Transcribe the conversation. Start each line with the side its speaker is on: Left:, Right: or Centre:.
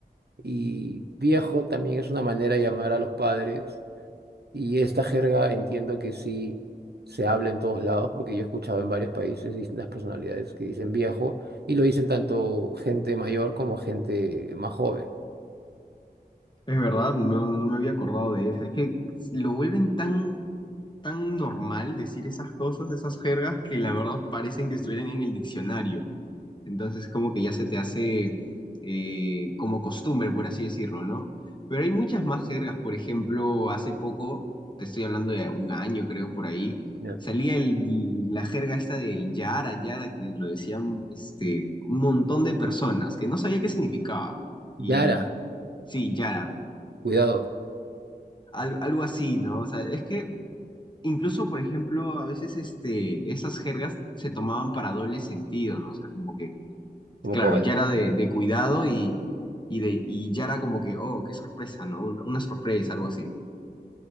Right: y viejo también es una manera de llamar a los padres, y esta jerga entiendo que sí se habla en todos lados, porque yo he escuchado en varios países distintas personalidades que dicen viejo, y lo dicen tanto gente mayor como gente más joven.
Left: Es verdad, no, no me había acordado de eso. Es que lo vuelven tan, tan normal decir esas cosas, esas jergas, que la verdad parecen que estuvieran en el diccionario. Entonces como que ya se te hace eh, como costumbre, por así decirlo, ¿no? Pero hay muchas más jergas. Por ejemplo, hace poco, te estoy hablando de un año creo por ahí,
Right: Ya.
Left: salía el- la jerga esta del Yara, Yara, que lo decían este, un montón de personas, que no sabía qué significaba. Y
Right: Yara,
Left: sí, Yara
Right: cuidado,
Left: al- algo así, ¿no? O sea, es que incluso, por ejemplo, a veces este, esas jergas se tomaban para doble sentido, ¿no? O sea, como que,
Right: como
Left: claro,
Right: cual.
Left: ya era de, de cuidado y, y, de, y ya era como que, oh, qué sorpresa, ¿no? Una, una sorpresa, algo así.